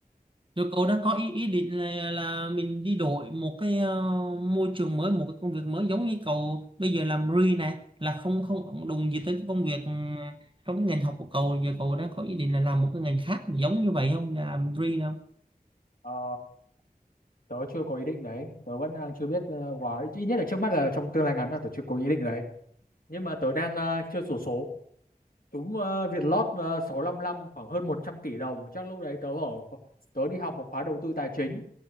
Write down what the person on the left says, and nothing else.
ờ, tớ chưa có ý định đấy tớ vẫn đang chưa biết ờ, quá ít nhất là trước mắt là trong tương lai ngắn là tớ chưa có ý định đấy nhưng mà tớ đang ờ, chưa sổ số Đúng ờ, Vietlott uh, 655 khoảng hơn một trăm tỷ đồng chắc lúc đấy tớ ở kho- tớ đi học một khóa đầu tư tài chính